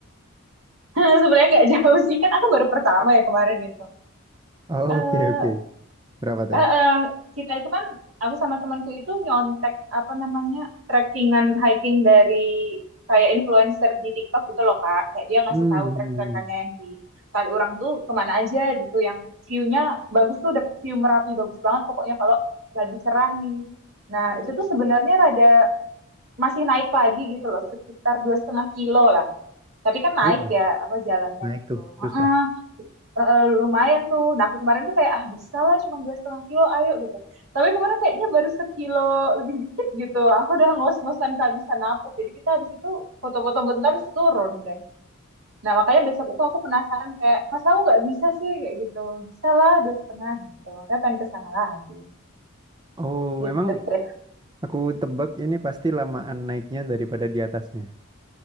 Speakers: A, on the right; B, on the right.
A: <laughs> Sebenarnya nggak jauh sih kan aku baru pertama ya kemarin itu.
B: Oh,
A: Eh
B: Oke oke, Berapa tuh?
A: eh, eh, kita itu kan aku sama temanku itu nyontek apa namanya trekkingan hiking dari kayak influencer di TikTok gitu loh Kak. Kayak dia ngasih
B: Hmm,
A: tahu
B: hmm,
A: trek-trekannya
B: hmm.
A: yang di Kaliurang tuh kemana aja gitu yang view-nya bagus tuh dapet view Merapi bagus banget pokoknya kalau lagi cerah nih. Nah, itu tuh sebenarnya rada masih naik lagi gitu loh, sekitar dua setengah kilo lah. Tapi kan naik
B: Wow,
A: ya apa jalannya
B: naik
A: gitu.
B: tuh susah.
A: Heeh eh, eh, lumayan tuh. Nah aku kemarin tuh kayak ah bisa lah cuma dua setengah kilo ayo gitu. Tapi kemarin kayaknya baru sekilo lebih dikit gitu. Aku udah ngos-ngosan kehabisan napas. Jadi kita habis itu foto-foto bentar terus turun deh. Nah makanya besok itu aku penasaran kayak mas kamu nggak bisa sih kayak gitu. Bisa lah dua setengah gitu. Makanya pengen ke sana lagi.
B: Oh,
A: Gitu
B: emang
A: deh.
B: aku tebak ini pasti lamaan naiknya daripada di atasnya.